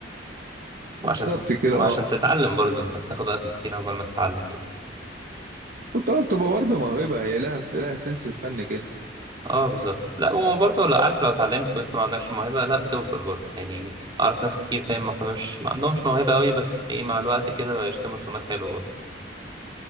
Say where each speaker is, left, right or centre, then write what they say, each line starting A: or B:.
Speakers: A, on the right (about 25°); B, on the right (about 50°).
A: وعشان
B: بالظبط كده
A: وعشان
B: اه
A: تتعلم برضه انت بتاخد وقت كتير عقبال ما تتعلم يعني
B: وطبعا بتبقى برضه موهبه هي لها لها سنس في الفن كده
A: اه بالظبط لا وبرضه لا عارف لو اتعلمت وانت ما عندكش موهبة لا بتوصل برضه يعني اعرف ناس كتير فاهم ما كانوش ما عندهمش موهبة قوي بس ايه مع الوقت كده يرسموا رسومات حلوة برضه